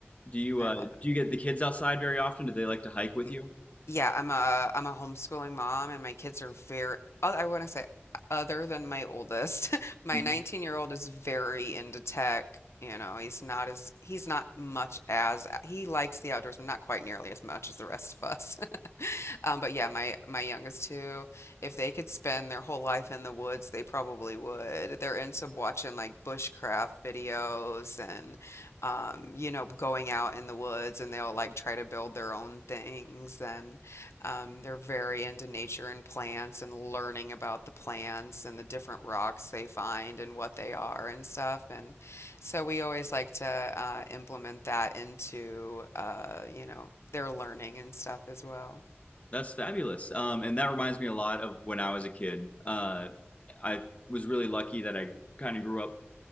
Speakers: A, on the left; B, on the left.
A: Do you
B: I
A: uh,
B: love
A: do you get the kids outside very often? Do they like to hike with
B: it.
A: you?
B: Yeah, I'm a I'm a homeschooling mom and my kids are very oth- I want to say other than my oldest. <laughs> My
A: hmm
B: 19-year-old is very into tech. You know, he's not as he's not much as he likes the outdoors, but not quite nearly as much as the rest of us. Um, but yeah, my my youngest two, if they could spend their whole life in the woods, they probably would. They're into watching like bushcraft videos and um, you know, going out in the woods and they'll like try to build their own things and um, they're very into nature and plants and learning about the plants and the different rocks they find and what they are and stuff. And so we always like to uh, implement that into uh, you know, their learning and stuff as well.
A: That's fabulous. Um, and that reminds me a lot of when I was a kid. Uh, I was really lucky that I kind of grew up